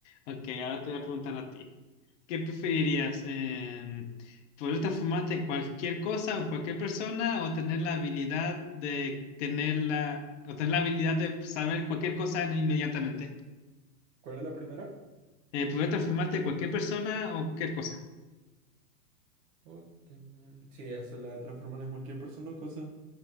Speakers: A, on the left (about 50°); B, on the right (about 50°).
A: Ok, ahora te voy a preguntar a ti. ¿Qué preferirías? em, ¿poder transformarte en cualquier cosa o en cualquier persona o tener la habilidad de tener la, o tener la habilidad de saber cualquier cosa inmediatamente?
B: ¿Cuál era la primera?
A: Eh, ¿poder transformarte en cualquier persona o cualquier cosa?
B: Obtener- Sí, hacer la de transformar en cualquier persona o cosa.